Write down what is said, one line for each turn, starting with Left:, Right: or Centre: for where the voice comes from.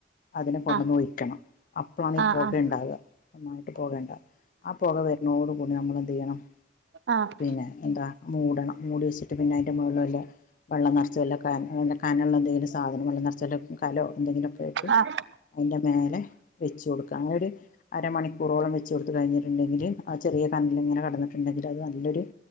Left: അതിനെ കൊണ്ടെന്ന്
Right: ആഹ്
Left: ഒഴിക്കണം അപ്പളാണ് ഇ
Right: ആഹ്
Left: പോകേണ്ടാവ്വ ഒന്നായിട്ട് പോകണ്ടാവ അ ആ പൊഗ വെരുണോടു കൂടി നമ്മളെന്തേയ്യണം
Right: ആഹ്
Left: പിന്നെ എന്താ മൂടണം മൂടി വെച്ചിട്ട് പിന്നെ അയിന്റെ മേള്ൽ വല്ലാം വള്ളം നർച്ച് വല്ല നല്ല കനള്ള എന്തെങ്കിലും സാധനങ്ങൾ നർച്ചല് കലോ എന്തെങ്കിലൊക്കെ ആയിട്ട്
Right: ആഹ് ആഹ്
Left: അയിന്റെ മേലെ വെച്ച് കൊട്ക്ക ങ്ങട് അരമണിക്കൂറോളം വെച്ചോട്ത്ത് കഴിഞ്ഞിട്ട്ണ്ടെങ്കില് ആ ചെറിയ കനൽ ഇങ്ങനെ കെട്ന്നിട്ട്ണ്ടെങ്കില് അത് നല്ലൊര്